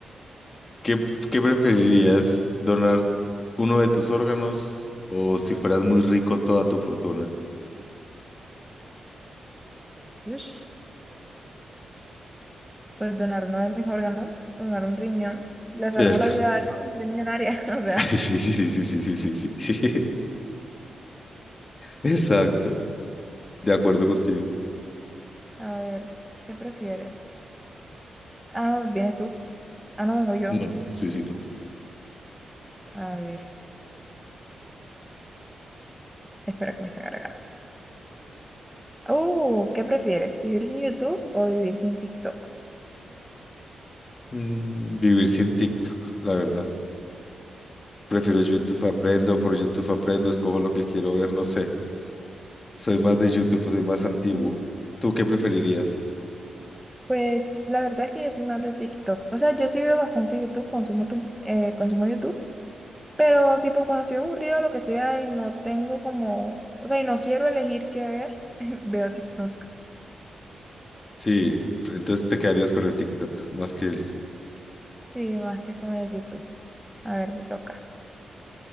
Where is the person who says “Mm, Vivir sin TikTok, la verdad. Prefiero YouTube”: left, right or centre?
Left